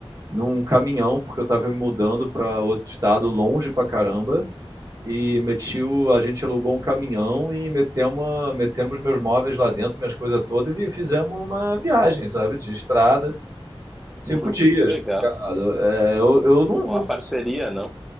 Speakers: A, on the right; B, in the centre.
A: num caminhão, porque eu tava me mudando pra outro estado, longe pra caramba. E meti o, a gente alugou um caminhão e metemos, a- metemos meus móveis lá dentro, minhas coisas todas, e fizemos uma viagem, sabe, de estrada,
B: Uhum.
A: cinco dias,
B: Que legal.
A: tá ligado? É, eu, eu não,
B: Ó,
A: não
B: a
A: consigo.
B: parceria, não?